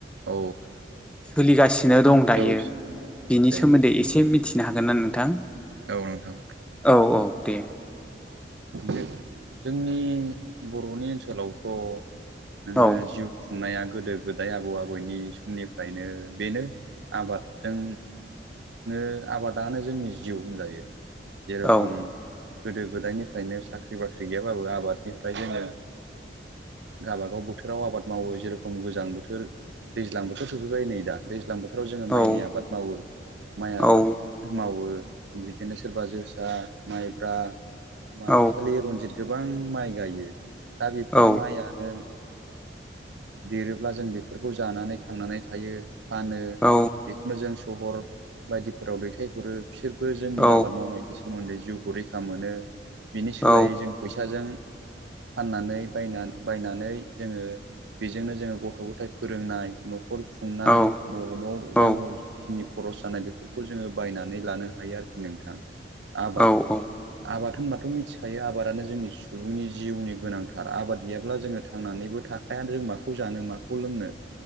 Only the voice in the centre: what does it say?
सोलिगासिनो गासिनो दं दायो
बिनि
सोमोन्दै एसे मिथिनो हागोन ना नोंथां
औ औ दे
औ
औ
औ
औ
औ
औ
औ
औ
औ
औ
औ
औ औ